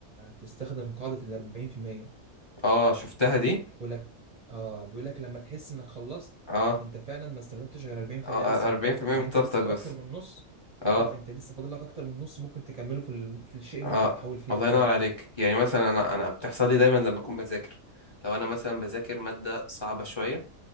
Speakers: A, on the right; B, on the left.
A: تستخدم قاعده ال 40%
B: اه شفتها دي
A: يعني بيقول لك اه بيقول لك لما تحس انك خلصت
B: اه
A: انت فعلا ما استخدمتش غير 40%
B: آه،
A: بس
B: 40%
A: من طاقتك يعني
B: من طاقتك
A: انت لسه في
B: بس
A: اكتر من نص
B: اه
A: اه انت لسه فاضل لك اكتر من نص ممكن تكمله في ال... في الشيء اللي
B: اه
A: انت بتحاول فيه
B: الله
A: ده فعلا
B: ينور عليك يعني مثلا انا انا بتحصل لي دايما لما اكون بذاكر لو انا مثلا بذاكر مادة صعبة شوية